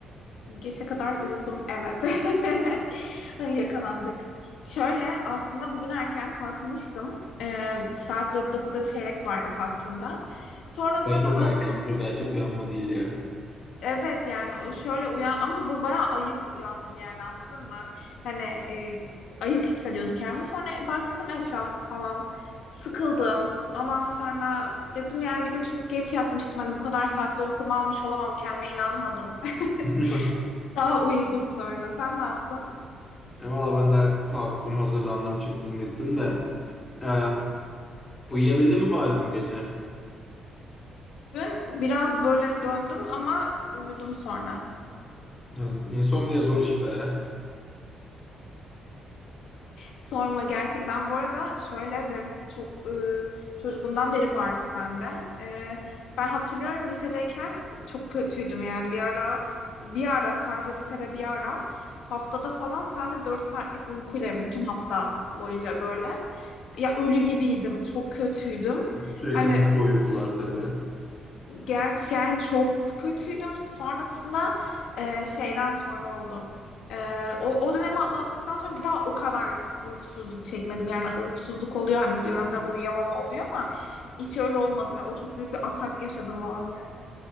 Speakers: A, on the left (about 75°); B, on the left (about 25°).
A: geçe kadar uyudum, evet. <laughs> Yakalandık. Şöyle, aslında bugün erken kalkmıştım. Ee, saat böyle 9'a çeyrek vardı kalktığımda. Sonra
B: Ya
A: böyle
B: çok
A: kalk
B: erkenmiş o gerçek uyanma değil ya.
A: Evet yani o şöyle uyan ama bu bayağı ayık uyandım yani anladın mı? Hani e, ayık hissediyordum kendimi. Sonra baktım etrafa falan sıkıldım. Ondan sonra dedim yani bir de çok geç yatmıştım. Hani bu kadar saatte uykumu almış olamam kendime inanmadım.
B: <laughs>
A: <laughs> Daha uyudum sonra. Sen ne yaptın?
B: E valla ben de kalktım, hazırlandım, çıktım, gittim de. Ee, uyuyabildin mi bari dün gece?
A: Dün biraz böyle döndüm ama uyudum sonra.
B: Yani insomnia zor iş be.
A: Sorma gerçekten. Bu arada şöyle benim çok e, çocukluğumdan beri var bu bende. E, ben hatırlıyorum lisedeyken çok kötüydüm yani bir ara bir ara sadece lisede bir ara haftada falan sadece 4 saatlik uykuyla bütün hafta boyunca böyle ya ölü gibiydim çok kötüydüm.
B: Sürekli
A: Hani
B: mikro uykular tabii.
A: Gerçi yani çok kötüydüm. Sonrasında e, şeyden sonra oldum. E, o, o dönemi atlattıktan sonra bir daha o kadar uykusuzluk çekmedim. Yani uykusuzluk oluyor hani dönemden uyuyamama oluyor ama hiç öyle olmadı. Yani o çok büyük bir atak yaşadım o an yani.